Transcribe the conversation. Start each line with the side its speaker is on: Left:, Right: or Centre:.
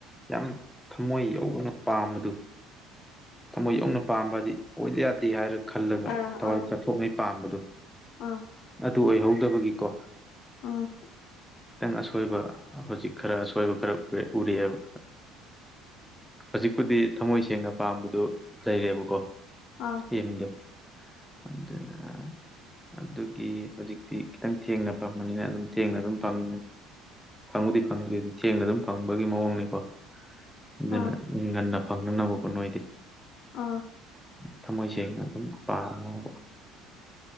Centre: ꯌꯥꯝ ꯊꯃꯣꯏ ꯌꯧꯅ ꯄꯥꯝꯕꯗꯨ꯫ ꯊꯃꯣꯏ ꯌꯧꯅ ꯄꯥꯝꯕꯗꯤ ꯑꯣꯏꯗ ꯌꯥꯗꯦ ꯍꯥꯏꯔ ꯈꯜꯂꯒ
Left: ꯑꯥ
Centre: ꯊꯋꯥꯏ
Left: ꯑꯥ
Centre: ꯆꯠꯊꯣꯛꯉꯩ ꯄꯥꯝꯕꯗꯨ꯫
Left: ꯑꯥ꯫
Centre: ꯑꯗꯨ ꯑꯣꯏꯍꯧꯗꯕꯒꯤꯀꯣ꯫
Left: ꯑ꯫
Centre: ꯈꯤꯇꯪ ꯑꯁꯣꯏꯕ ꯍꯧꯖꯤꯛ ꯈꯔ ꯑꯁꯣꯏꯕ ꯈꯔ ꯎꯔꯛꯑꯦꯕ ꯍꯧꯖꯤꯛꯄꯨꯗꯤ ꯊꯝꯃꯣꯏ ꯁꯦꯡꯅ ꯄꯥꯝꯕꯗꯨ ꯂꯩꯔꯦꯕꯀꯣ꯫
Left: ꯑꯥ꯫
Centre: ꯑꯦꯝꯗꯨ ꯑꯗꯨꯅ ꯑꯗꯨꯒꯤ ꯍꯧꯖꯤꯛꯇꯤ ꯈꯤꯇꯪ ꯊꯦꯡꯅ ꯐꯪꯕꯅꯤꯅ ꯑꯗꯨꯝ ꯊꯦꯡꯅ ꯑꯗꯨꯝ ꯐꯪ ꯐꯪꯕꯨꯗꯤ ꯐꯪꯅꯤꯗꯨ ꯊꯦꯡꯅ ꯑꯗꯨꯝ ꯐꯪꯕꯒꯤ ꯃꯑꯣꯡꯅꯤꯀꯣ꯫ ꯑꯗꯨꯅ
Left: ꯑꯥ
Centre: ꯅꯣꯏ ꯉꯟꯅ ꯐꯪꯅꯅꯕꯀꯣ ꯅꯣꯏꯗꯤ꯫
Left: ꯑꯥ꯫
Centre: ꯊꯝꯃꯣꯏ ꯁꯦꯡꯅ ꯑꯗꯨꯝ ꯄꯥꯝꯃꯣꯕ꯫